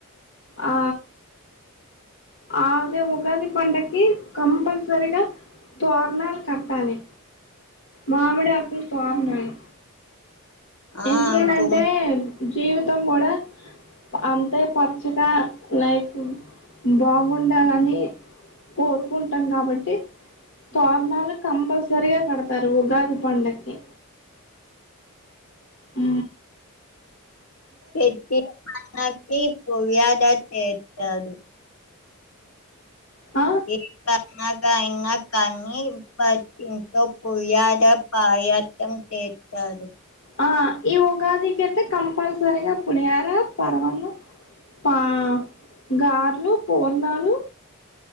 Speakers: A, on the left; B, on the left.
A: ఆ ఆదే ఉగాది పండకి కంపల్సరీ గా తోరణాలు కట్టాలి మామిడాకుల తోరణాలు ఎందుకని
B: ఆ గుమ్మ
A: అంటే జీవితం గూడా అంతే పచ్చగా లైఫ్ బాగుండాలని కోరుకుంటాం గాబట్టి తారణాలు కంపల్సరిగా కడతారు ఉగాది పండక్కి ఉ
B: పెద్ధి <inaudible>
A: ఆ
B: ఏ అగా అయినా కానీట్ పుయాద పాయం చేస్తడు
A: ఆ ఈ ఉగాదికి అయితే కంపల్సరిగా పులిహార పరమాన్నం పా గార్లు పూర్ణాలు